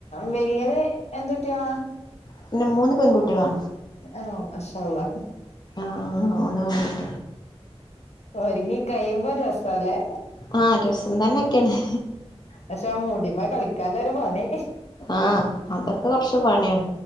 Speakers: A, on the left; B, on the left.
A: വെല്യത് എന്തുട്ട്യേള?
B: <unintelligible> മൂന്ന് പെങ്കുട്ടോളാ.
A: ആഹ് ഇൻഷാ അല്ലാഹ്.
B: ആഹ്. മൂന്ന് പെൺകുട്ടി
A: ഒരിങ്ങി കയുമ്പോ രസാല്ലേ.
B: ആഹ് രസം തന്നെക്കേണ്.
A: പശേ ആ മൂടമ്മെ കളിക്കാല്ലൊരു പണി.
B: ആഹ് അതൊക്കെ കൊറച്ച് പണ്യാണ്.